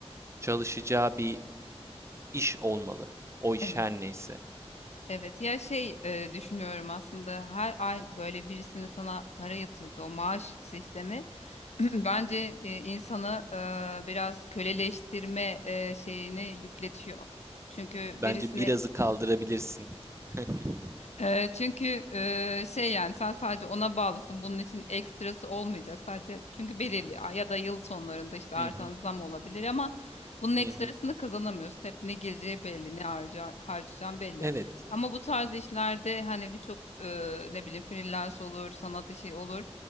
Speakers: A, on the right; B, on the left.
A: çalışacağı bir iş olmalı. O iş
B: Evet.
A: her neyse.
B: Evet ya şey e, düşünüyorum aslında her ay böyle birisinin sana para yatırdı o maaş sistemi <clears throat> bence e, insanı e, biraz köleleştirme e, şeyini yükletiyor. Çünkü birisine
A: Bence birazı kaldırabilirsin. <laughs>
B: Eee, çünkü eee, şey yani sen sadece ona bağlısın. Bunun için ekstrası olmayacak. Sadece çünkü belirli a- ya da yıl sonlarında işte artan
A: Hı hı,
B: zam olabilir ama bunun ekstrasını
A: hı hı.
B: kazanamıyorsun. Hep ne geleceği belli, ne harca, harcayacağın belli.
A: Evet.
B: Ama bu tarz işlerde hani birçok eee, ne bileyim freelance olur, sanat işi olur.